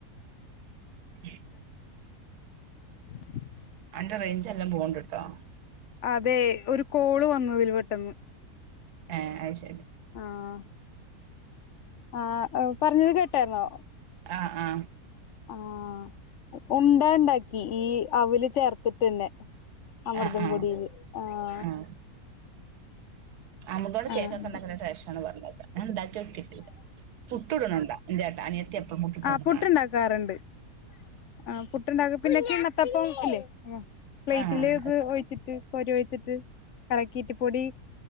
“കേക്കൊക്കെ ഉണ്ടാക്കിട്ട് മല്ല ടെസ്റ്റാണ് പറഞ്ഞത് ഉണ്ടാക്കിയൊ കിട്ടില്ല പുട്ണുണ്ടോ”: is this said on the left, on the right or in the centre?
Right